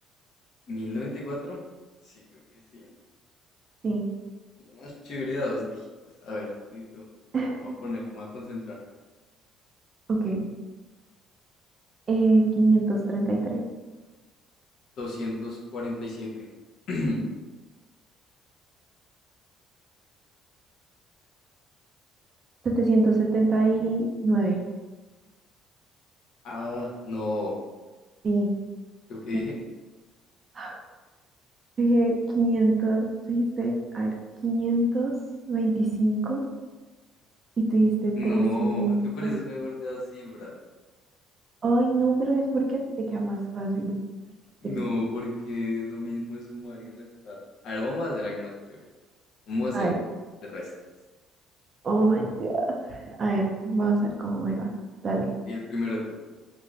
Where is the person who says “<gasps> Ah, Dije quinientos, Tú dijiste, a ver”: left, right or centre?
Right